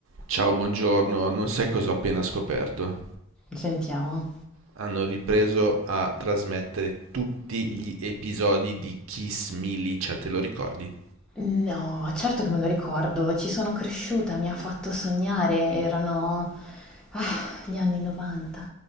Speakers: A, on the right (about 60°); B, in the centre.
A: Ciao, buongiorno. Non sai cosa ho appena scoperto?
B: Sentiamo.
A: Hanno ripreso a trasmettere tutti gli episodi di Kiss Milicia, te lo ricordi?
B: No, certo che me lo ricordo, ci sono cresciuta, mi ha fatto sognare, erano ah, gli anni 90.